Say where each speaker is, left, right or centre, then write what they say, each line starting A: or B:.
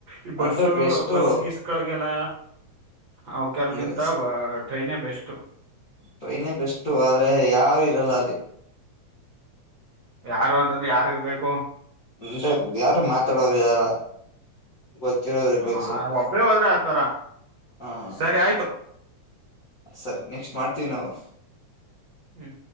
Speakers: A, on the right (about 85°); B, on the left (about 60°).
A: ಈ ಬಸ್
B: ಅಂದ್ರೆ ಬೆಸ್ಟ್
A: ಬಸ್ಗೆ ಮಕ್ಕಳಿಗೆಲ್ಲ ಅವ ಕೆಲ್ಗಿಂತ
B: ಅಂದ್ರೆ
A: ಟ್ರೈನೇ ಬೆಸ್ಟ್
B: ಟ್ರೈನೇ ಬೆಸ್ಟ್ ಆದ್ರೆ ಯಾರು ಇರಲ್ಲ ಅಲ್ಲಿ
A: ಯಾರು ಅಂತಂದ್ರೆ ಯಾರ ಇರ್ಬೇಕು
B: ನೆ ಯಾರು ಮಾತಾಡೋರು ಇರಲ್ಲ ಗೊತ್ತಿರೋರು ಇರ್ಬೇಕು
A: ಆ,
B: ಸ್ವಲ್ಪ
A: ಒಬ್ಬರೇ ಹೋದ್ರೆ ಆತರ
B: ಹ್ಮ
A: ಸರಿ ಆಯ್ತು
B: ಸರಿ ನೆಕ್ಸ್ಟ್ ಮಾಡ್ತೀವಿ ನಾವು
A: ಹ್ಮ್